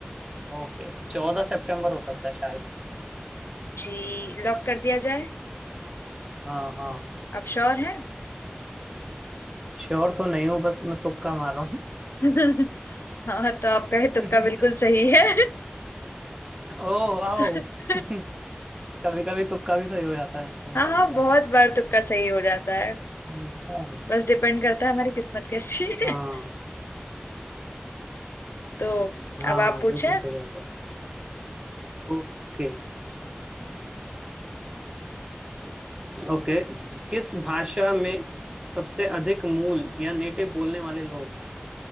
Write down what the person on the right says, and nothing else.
ओके चौदह सितंबर हो सकता है शायद
हाँ हाँ
श्योर तो नहीं हूँ बस मैं तुक्का मार रहा हूँ
<laughs>
ओ वाओ
<laughs> कभी कभी तुक्का भी सही हो जाता है इंसान
का
अच्छा
हाँ
हाँ
बिल्कुल सही बात है ओके ओके किस भाषा में सबसे अधिक मूल या नेटिव बोलने वाले लोग हैं